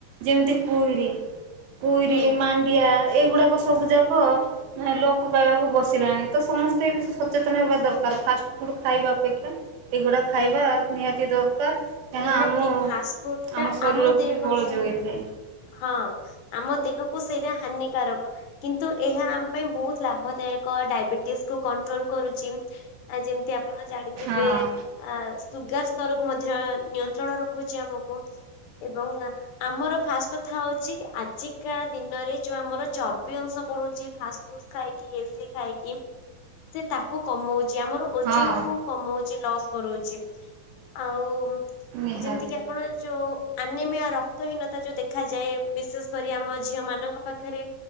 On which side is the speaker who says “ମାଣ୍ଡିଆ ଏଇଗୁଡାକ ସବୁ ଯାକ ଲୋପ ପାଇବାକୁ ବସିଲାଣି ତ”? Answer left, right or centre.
Right